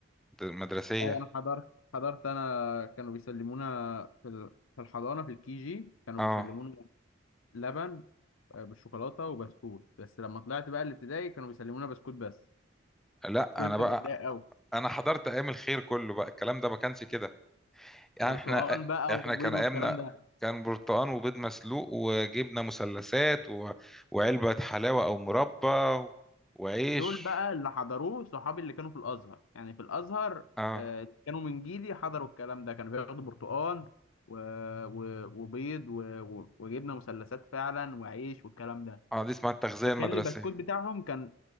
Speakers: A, in the centre; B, on the left (about 85°).
A: المدرسية
B: أي انا حضرت حضرت انا كانوا بيسلمونا في ال- في الحضانه في الكي جي كانوا
A: اه
B: بيسلمونا لبن آه، بالشوكولاته وبسكوت بس لما طلعت بقى الابتدائي كانوا بيسلمونا بسكوت بس
A: لا
B: كنت
A: انا بقى
B: متضايق قوي
A: انا حضرت ايام الخير كله بقى الكلام ده ما كانش كده يعني
B: برتقال
A: احنا
B: بقى
A: احنا
B: وبيض
A: كان ايامنا
B: والكلام ده
A: كان برتقان وبيض مسلوق وجبنه مثلثات و... وعلبه حلاوه او مربى وعيش
B: دول بقى اللي حضروه صحابي اللي كانوا في الازهر يعني في الازهر
A: اه
B: آه، كانوا من جيلي حضروا الكلام ده كانوا بياخدوا برتقال و... و... وبيض و... و- وجبنه مثلثات فعلا وعيش والكلام ده
A: اه دي اسمها التغذيه
B: وكان
A: المدرسيه
B: البسكوت بتاعهم كان